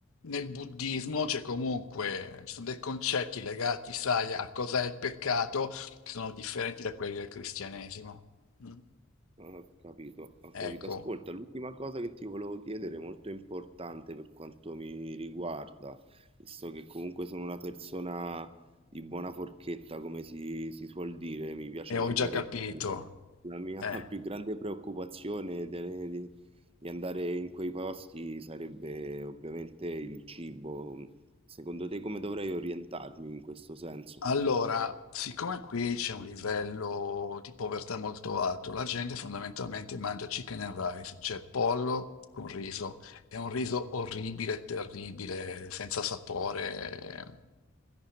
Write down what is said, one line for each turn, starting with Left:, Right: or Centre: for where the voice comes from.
Left: nel buddismo c'è comunque, ci sono dei concetti legati, sai, a cos'è il peccato che sono differenti da quelli del cristianesimo. Mm.
Right: Ho capito, ho capito.
Left: Ecco,
Right: Ascolta, l'ultima cosa che ti volevo chiedere, molto importante per quanto mi riguarda, visto che comunque sono una persona di buona forchetta, come si, si suol dire, mi piace
Left: e
Right: mangiare
Left: ho già capito.
Right: bene. La mia
Left: Eh.
Right: <laughs> più grande preoccupazione de- di, di andare in quei posti sarebbe ovviamente il cibo. Secondo te come dovrei orientarmi in questo senso?
Left: Allora, siccome qui c'è un livello di povertà molto alto, la gente fondamentalmente mangia chicken and rice, cioè pollo con riso. È un riso orribile, terribile, senza sapore